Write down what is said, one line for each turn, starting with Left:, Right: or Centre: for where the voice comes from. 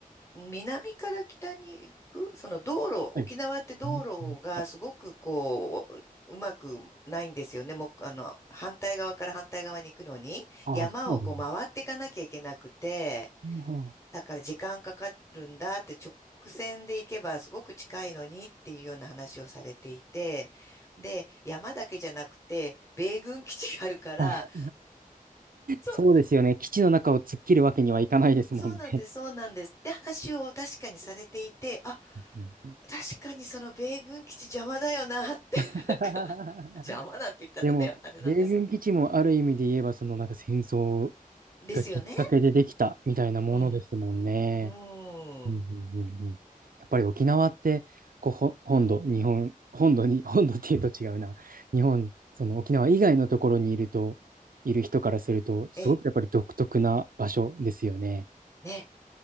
Left: 南から北に行く、その道路、
Right: はい。
Left: 沖縄って道路がすごくこう、
Right: ねあ
Left: うまくないんですよね。もう、あの、反対側から反対側に行くのに、
Right: ああ、
Left: 山をこう回っていかなきゃいけなくて、
Right: そうですね。あ
Left: だから時間かかるんだって直線で行けばすごく近いのにっていうような話をされていて、で、山だけじゃなくて、米軍基地があるから、
Right: あ、あ
Left: そう
Right: そうですよね。基地の中を突っ切るわけにはいかないですもんね。
Left: そうなんです、そうなんです。って話を確かにされていて、あ、
Right: うん
Left: 確かにその米軍基地邪魔だよなって、
Right: <laughs>
Left: なんか <laughs> 邪魔なんて言ったらね、
Right: でも、
Left: あれなんですけど。
Right: 米軍基地もある意味で言えば、そのなんか戦争
Left: ですよね。
Right: がきっかけでできたみたいなものですもんね。
Left: うん。うーん。
Right: うんうんうんうん。やっぱり沖縄って、こう、ほ本土、日本、本土に、<laughs> 本土っていうと違うな。日本、その沖縄以外のところにいると、いる人からすると、すごくやっぱり独特な場所ですよね。
Left: ええ、ね。